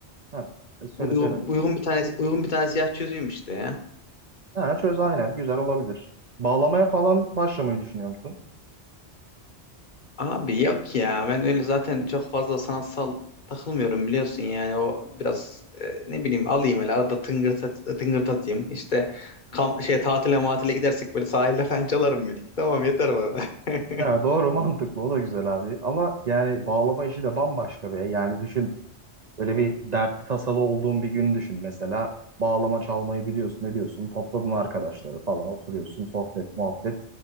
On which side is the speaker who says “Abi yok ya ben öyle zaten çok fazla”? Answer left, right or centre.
Left